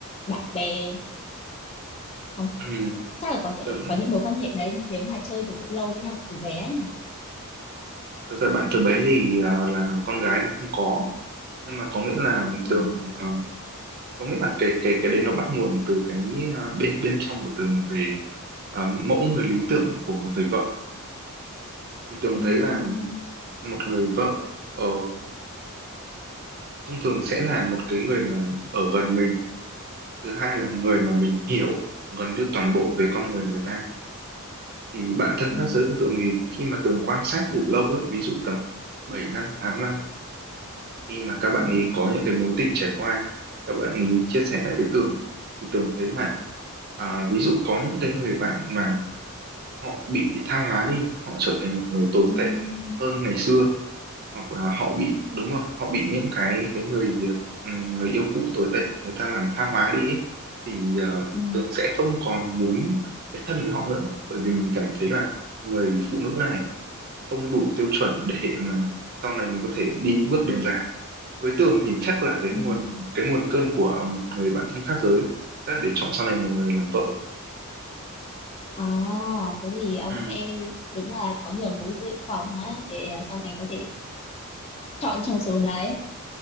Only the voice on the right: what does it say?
ừ
Tường-
thực ra bạn từ bé thì ờ, là con gái thì không có nhưng mà có nghĩa là
Tường ờ, có nghĩa là cái cái cái đấy nó bắt nguồn từ cái à, bên bên trong của Tường về à, mẫu người lý tưởng của một người vợ thì Tường
thấy là một người vợ ờ, thông thường sẽ là một cái người mà ở gần mình thứ hai là người mà mình hiểu gần như toàn bộ về con người người ta thì bản thân
khác giới của Tường thì khi mà Tường quan sát đủ lâu ấy ví dụ tầm bảy năm tám năm khi mà các bạn
ấy có những cái mối tình trải qua các bạn ấy chia sẻ lại với Tường thì Tường thấy là à, ví dụ có những cái người bạn mà họ bị tha hóa đi họ trở thành một người tồi
tệ hơn ngày xưa hoặc là họ bị đúng rồi họ bị những cái cái người ừm, người yêu cũ tồi tệ người ta làm tha hóa đi ấy, thì ờ,
Tường sẽ không còn muốn kết thân với họ nữa bởi vì mình cảm thấy là người phụ nữ này không đủ tiêu chuẩn để mà sau này mình có thể đi bước đường dài với Tường thì chắc là cái
nguồn cái nguồn cơn của một người bạn thân khác giới chắc là để chọn sau này một người làm vợ
Ừm,